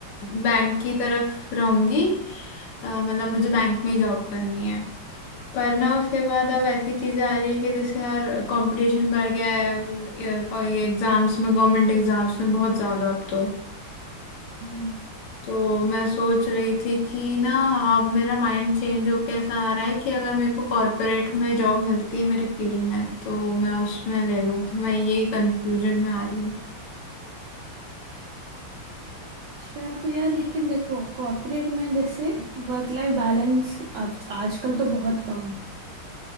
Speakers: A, on the left; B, on the right.
A: बैंक की तरफ रहूंगी अ, मतलब मुझे बैंक में ही जॉब करनी है पर ना उसके बाद अब ऐसी चीजें आ रही है कि जैसे यार कंपटीशन बढ़ गया है अ, और ये एग्जाम्स में गवर्नमेंट एग्जाम्स में बहुत ज्यादा अब तो
B: जी
A: तो मैं सोच रही थी कि ना अब मेरा माइंड चेंज होके ऐसा आ रहा है कि अगर मेरे को कॉर्पोरेट में जॉब मिलती है मेरे फील्ड में तो मैं उसमें ले लूँ तो मैं यही कंफ्यूजन में आ रही हूँ
B: अच्छा तो यार लेकिन देखो कॉर्पोरेट में जैसे वर्क लाइफ बैलेंस आजकल तो बहुत कम